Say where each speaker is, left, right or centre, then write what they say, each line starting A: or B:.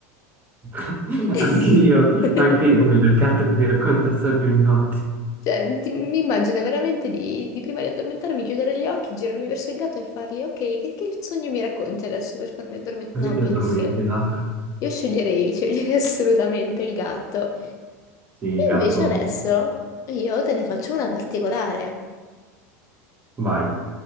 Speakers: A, on the right; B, on the left.
A: <laughs>
B: <laughs>
A: Anche io, anche io voglio il gatto che ti racconta il sogno ogni notte.
B: Cioè, ti- mi immagino veramente di, di prima di addormentarmi, chiudere gli occhi, girarmi verso il gatto e fargli, ok, che, che sogno mi racconti adesso per farmi addormentare?
A: Così
B: No,
A: ti
B: bellissimo.
A: addormenti, esatto.
B: Io sceglierei, sceglierei <laughs> assolutamente il gatto.
A: Sì, gatto,
B: Invece adesso io te ne faccio una particolare.
A: vai.